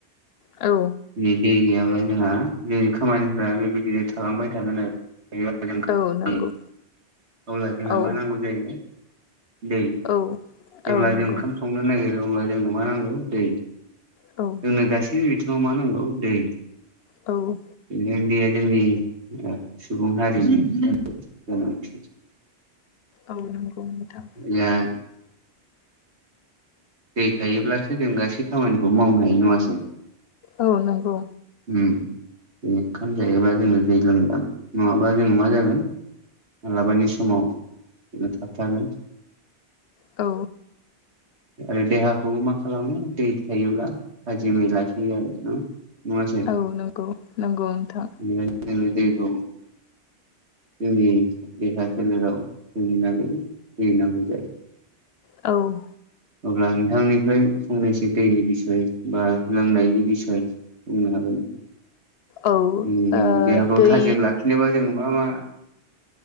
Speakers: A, on the left; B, on the right.
A: औ
B: दिनै दै गैयाब्ला जोंहा जेरै खामानिफ्रा बेबायदिनो थालांबाय थागोन आरो। अब्ला
A: औ नंगौ
B: जोंहा
A: औ
B: मा नांगौ जाहै दै
A: औ
B: जेब्ला
A: औ नंगौ
B: जों ओंखाम संनो नागिरो अब्ला जोंनो मा नांगौ दै।
A: औ
B: जोंनो गासैबो बिथिङाव मा नांगौ दै।
A: औ
B: बेनिखायनो दैया जोंनि सुबुं हारिनि गोनांथि
A: औ नंगौ नोंथां।
B: <unintelligible> दै थायोब्लासो जों गासै खामानिखौ मावनो हायो नङासै?
A: औ नंगौ।
B: उम ओंखाम जायोबा जोङो दै लोंदां नङाबा जोङो मा जागोन मालाबानि समाव बिनो थाबथागोन।
A: औ
B: आरो देहाखौबो मा खालामो दै थायोब्ला थाजिमै लाखियो आरो ना। मनङासै?
A: औ नंगौ नंगौ नोंथां
B: बेनिखायनो जोंनो दैखौ जोंनि देहा सोलेराव जोंनो <unintelligible> नांगौ जायो।
A: औ
B: अब्ला नोंथांनिफ्राय फंनैसो दैनि बिसय बा लोंनायनि बिसय बुंनो हागोन जोंनि
A: औ ओ
B: जोंनि देहाफ्राव
A: दै
B: थाजिम लाखिनोबा जों मा मा